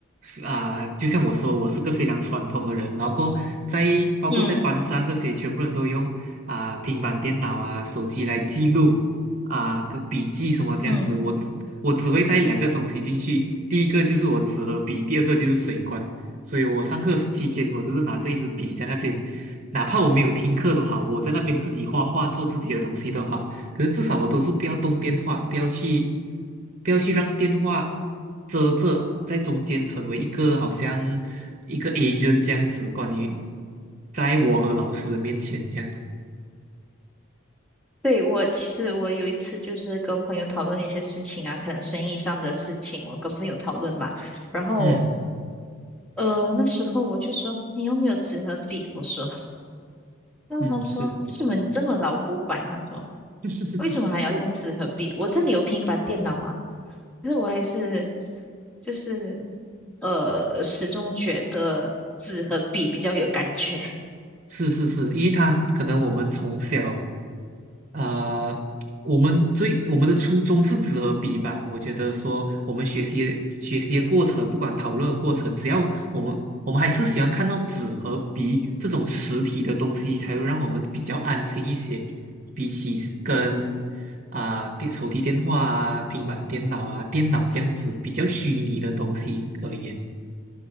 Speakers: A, on the right (about 40°); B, in the centre.
A: 啊、就像我说，我是个非常传统的人，然后过在包括在班上这些，
B: 嗯
A: 全部人都用啊、平板电脑啊、手机来记录啊、个笔记什么这样子，
B: 嗯。
A: 我只我只会带两个东西进去，第一个就是我纸和笔，第二个就是水罐，所以我上课期间我就是拿这一支笔在那边，哪怕我没有听课都好，我在那边自己画画做自己的东西都好。可是至少我都是不要动电话，不要去，不要去让电话遮着，在中间成为一个好像一个 agent 这样子，关于在我和老师的面前这样子。
B: 对，我其实我有一次就是跟朋友讨论一些事情啊，可能生意上的事情，我跟朋友讨论嘛，然后
A: 嗯
B: 呃那时候我就说你有没有纸和笔？我说，那他说是什么你这么老古板？
A: 嗯，是是。
B: 他说
A: <laughs>
B: 为什么还要用纸和笔？我这里有平板电脑嘛，可是我还是就是呃始终觉得纸和笔比较有感觉，
A: 是是是，因为他可能我们从小，呃，我们最我们的初衷是纸和笔吧。我觉得说我们学习学习的过程，不管讨论的过程，只要我们我们还是喜欢看到纸和笔这种实体的东西，才会让我们比较安心一些，比起跟啊、电手提电话啊、平板电脑啊、电脑这样子比较虚拟的东西而言，